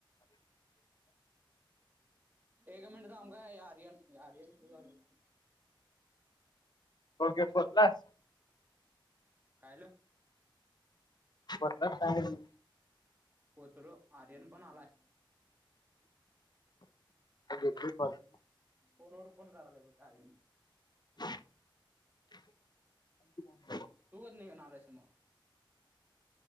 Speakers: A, on the right (about 20°); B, on the left (about 55°).
A: एक मिनट थांब काय आर्यन आर्यन इथ <unintelligible> थांब.
B: ओके पोहचलास?
A: कायलं
B: पोहचलात काय म्हणलं?
A: पोचलो आर्यन पण आलाय.
B: देेतोय <unintelligible>
A: फोनवर फोन करालय बग ते आर्यन.
B: <unintelligible>
A: तू <unintelligible> मग